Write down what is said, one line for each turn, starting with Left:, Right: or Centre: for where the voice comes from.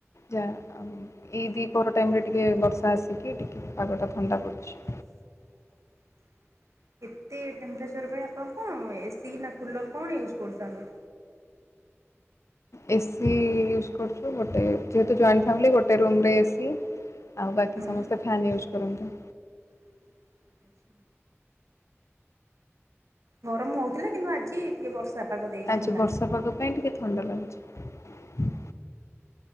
Left: ଯାହା ଏଇ ଦ୍ୱିପହର ଟାଇମ୍ ରେ ଟିକେ ବର୍ଷା ଆସିକି ଟିକେ ପାଗଟା ଥଣ୍ଡା ପଡୁଛି।
Right: <unintelligible> ଏତେ ଟେମ୍ପରେଚର୍ ପାଇଁ ଆପଣ କଣ ଏସି ନା କୁଲର୍ କଣ ୟୁଜ୍ କରୁଛନ୍ତି?
Left: ଏ ସିି ୟୁଜ୍ କରୁଛୁ ଗୋଟେ ଯେହେତୁ ଜଏଣ୍ଟ ଫ୍ୟାମିଲି ଗୋଟେ ରୁମରେ ଏ ସିି ଆଉ ବାକି
Right: ହୁଁ
Left: ସମସ୍ତେ ଫ୍ୟାନ୍ ୟୁଜ୍ କରନ୍ତି।
Right: <unintelligible> ଗରମ ହଉଥିଲା କିନ୍ତୁ ଆଜି ଟିକେ ବର୍ଷା ପାଗ ଦେଇଛି
Left: ଆଜି
Right: ଥଣ୍ଡା।
Left: ବର୍ଷା ପାଗ ପାଇଁ ଟିକେ ଥଣ୍ଡା ଲାଗୁଚି।